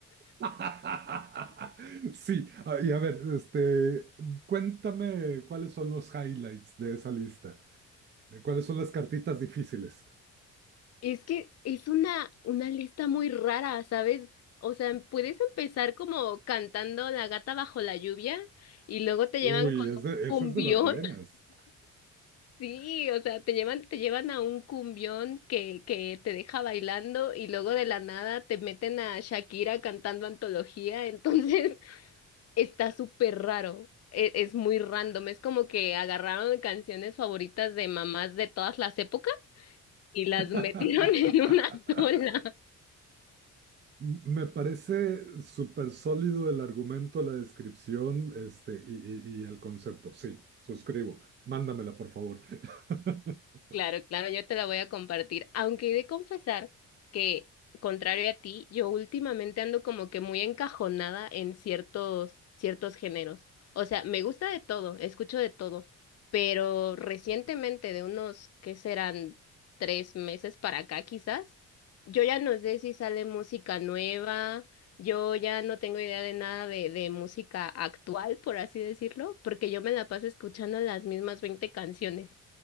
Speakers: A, on the right; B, on the left.
A: <laughs> Sí, ah, y a ver, este, cuéntame cuáles son los highlights de esa lista. Eh, ¿Cuáles son las cartitas difíciles?
B: Es que es una, una lista muy rara, ¿sabes? O sea, puedes empezar como cantando La gata bajo la lluvia y luego te
A: Uy,
B: llevan con
A: es
B: un
A: de-
B: cumbión
A: esa es de las buenas.
B: Sí, o sea, te llevan, te llevan a un cumbión que, que te deja bailando y luego de la nada te meten a Shakira cantando antología, entonces <laughs> está súper raro, e- es, muy random, es como que agarraron canciones favoritas de mamás de todas las épocas y las
A: <laughs>
B: metieron <laughs> en una sola.
A: Me parece súper sólido el argumento, la descripción, este, y, y- y el concepto. Sí, suscribo. Mándamela, por favor. <laughs>
B: Claro, claro, yo te la voy a compartir. Aunque he de confesar que, contrario a ti, yo últimamente ando como que muy encajonada en ciertos, ciertos géneros. O sea, me gusta de todo, escucho de todo, pero recientemente, de unos, ¿qué serán? Tres meses para acá, quizás, yo ya no sé si sale música nueva, yo ya no tengo idea de nada de, de música actual, por así decirlo, porque yo me la paso escuchando las mismas 20 canciones.